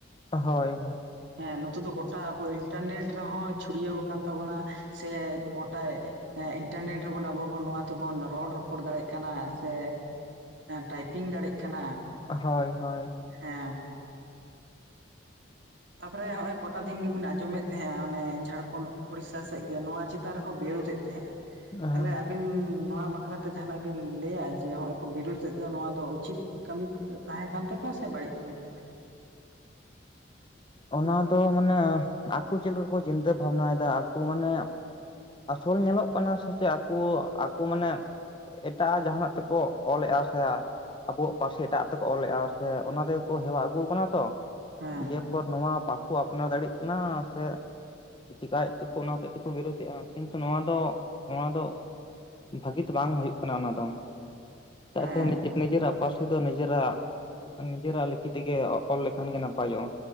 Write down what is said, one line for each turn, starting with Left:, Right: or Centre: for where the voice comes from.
Left: ᱦᱳᱭ
Right: ᱦᱮᱸ ᱱᱤᱛᱚᱜ ᱫᱚ ᱜᱚᱴᱟ ᱟᱵᱚ ᱤᱱᱴᱟᱨᱱᱮᱴ ᱨᱮᱦᱚᱸ ᱪᱷᱩᱲᱭᱟᱹᱣ ᱟᱠᱟᱱ ᱛᱟᱵᱚᱱᱟ ᱥᱮ ᱛᱟᱭ ᱤᱱᱴᱟᱨᱱᱮᱴ ᱨᱮᱵᱚᱱ ᱟᱵᱚ ᱵᱚᱱ ᱱᱚᱣᱟ ᱛᱮᱵᱚᱱ ᱨᱚᱲ ᱨᱚᱯᱚᱲ ᱫᱟᱲᱮᱭᱟᱜ ᱠᱟᱱᱟ ᱥᱮ ᱴᱟᱭᱯᱤᱝ ᱫᱟᱲᱮᱜ ᱠᱟᱱᱟ
Left: ᱦᱳᱭ ᱦᱳᱭ
Right: ᱦᱮᱸ ᱛᱟᱯᱚᱨᱮ ᱦᱚᱜᱼᱚᱭ ᱠᱚᱴᱟ ᱫᱤᱱ ᱜᱤᱵᱤᱱ ᱟᱸᱡᱚᱢᱮᱫ ᱛᱟᱦᱮᱸᱜᱼᱟ ᱚᱱᱮ ᱡᱷᱟᱲᱠᱷᱚᱸᱰ ᱩᱲᱤᱥᱥᱟ ᱥᱮᱜ ᱜᱮ ᱱᱚᱣᱟ ᱪᱮᱛᱟᱱ ᱨᱮᱠᱚ ᱵᱮᱨᱳᱫ ᱮ ᱛᱟᱦᱮᱸᱜᱼᱟ
Left: ᱦᱮᱸ
Right: ᱛᱟᱞᱦᱮ ᱟᱵᱤᱱ ᱱᱚᱣᱟ ᱵᱟᱠᱷᱨᱟᱛᱮ ᱡᱟᱦᱟᱱᱟᱜ ᱵᱤᱱ ᱞᱟᱹᱭᱟ ᱡᱮ ᱦᱚᱜᱼᱚᱭ ᱠᱚ ᱵᱤᱨᱚᱫᱮᱫ ᱫᱚ ᱱᱚᱣᱟ ᱫᱚ ᱩᱪᱤᱛ ᱠᱟᱹᱢᱤ ᱛᱟᱦᱮᱸ ᱠᱟᱱ ᱛᱟᱠᱚᱣᱟ ᱥᱮ ᱵᱟᱹᱲᱤᱡ ᱠᱟᱹᱢᱤ ᱛᱟᱦᱮᱸ
Left: ᱚᱱᱟ ᱫᱚ ᱢᱟᱱᱮ ᱟᱠᱚ ᱪᱮᱫ ᱞᱮᱠᱟ ᱠᱚ ᱪᱤᱱᱛᱟᱹ ᱵᱷᱟᱵᱱᱟᱭᱮᱫᱟ ᱟᱠᱚ ᱢᱟᱱᱮ ᱟᱥᱚᱞᱮ ᱧᱮᱞᱚᱜ ᱠᱟᱱᱟ ᱥᱮ ᱪᱮᱫ ᱟᱠᱚ ᱟᱠᱚ ᱢᱟᱱᱮ ᱮᱴᱟᱜ ᱡᱟᱦᱟᱱᱟᱜ ᱛᱮᱠᱚ ᱚᱞᱮᱜᱼᱟ ᱥᱮ ᱟᱵᱚᱣᱟᱜ ᱯᱟᱹᱨᱥᱤ ᱮᱴᱟᱜᱼᱟᱜ ᱛᱮᱠᱚ ᱚᱞᱮᱜᱼᱟ ᱥᱮ ᱚᱱᱟ ᱛᱮᱜᱮ ᱠᱚ ᱦᱮᱣᱟ ᱟᱹᱜᱩ ᱠᱟᱱᱟ ᱛᱚ
Right: ᱦᱮᱸ
Left: <unintelligible> ᱱᱚᱣᱟ ᱵᱟᱠᱚ ᱟᱯᱱᱟᱨ ᱫᱟᱲᱮᱜ ᱠᱟᱱᱟ ᱥᱮ ᱪᱤᱠᱟᱭᱮ ᱪᱚᱠᱚ ᱚᱱᱟ ᱦᱚᱛᱮᱛ ᱛᱮᱠᱚ ᱠᱤᱨᱳᱫᱮᱜᱼᱟ <unintelligible> ᱱᱚᱣᱟ ᱫᱚ ᱱᱚᱣᱟ ᱫᱚ ᱵᱷᱟᱹᱜᱤ ᱫᱚ ᱵᱟᱝ ᱦᱚᱭᱩᱜ ᱠᱟᱱᱟ ᱚᱱᱟ ᱫᱚ ᱪᱮᱫᱟᱜ
Right: ᱦᱮᱸ
Left: ᱥᱮ ᱱᱤᱡᱮ ᱱᱤᱡᱮᱨᱟᱜ ᱯᱟᱹᱨᱥᱤ ᱫᱚ ᱱᱤᱡᱮᱨᱟᱜ ᱱᱤᱡᱮᱨᱟᱜ ᱞᱤᱯᱤ ᱛᱮᱜᱮ ᱚᱞ ᱞᱮᱠᱷᱟᱱ ᱜᱮ ᱱᱟᱯᱟᱭᱚᱜᱼᱟ